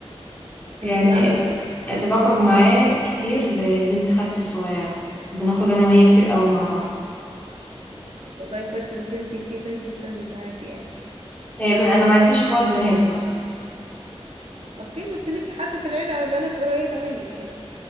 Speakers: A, on the left; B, on the right.
A: يعني
B: انتي عامله
A: ال- اللي بخرج معاه كتير آه، بنت خالتي الصغيرة بنخرج انا وهي كتير قوي مع بعض
B: والله كويس انك انتي في بنت في سنك معاكي يعني
A: يعني
B: انا
A: انا ما عنديش اخوات بنات برضو
B: اوكي بس ليكي حد في العيلة بنات قريبة منك يعني